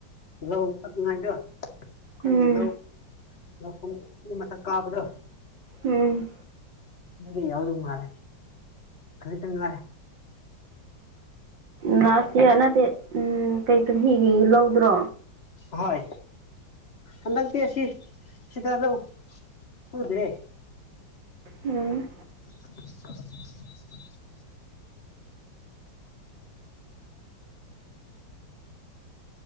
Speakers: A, on the left (about 35°); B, on the right (about 70°).
A: ꯂꯧ ꯊꯛꯅꯤꯉꯥꯏꯗꯣ ꯑꯩꯈꯣꯏꯒꯤ
B: ꯎꯝ
A: ꯂꯧ ꯂꯧꯐꯝ ꯎ ꯃꯊꯛ ꯀꯥꯕꯗꯣ
B: ꯎꯝ
A: ꯑꯗꯨꯗꯤ ꯌꯥꯗꯧ ꯃꯥꯂꯦ ꯈꯖꯤꯛꯇꯪ ꯉꯥꯏꯔ‌ꯦ
B: ꯅꯥꯁꯅꯤꯌꯥ ꯅꯠꯇꯦ ꯎꯝ ꯀꯩ ꯆꯍꯤꯒꯤ ꯂꯧꯗ꯭ꯔꯣ
A: ꯍꯣꯏ ꯍꯟꯗꯛꯇꯗꯤ ꯑꯁꯤ ꯁꯤꯗ ꯂꯧ ꯁꯨꯗ꯭ꯔꯦ
B: ꯎꯝ
A: <unintelligible>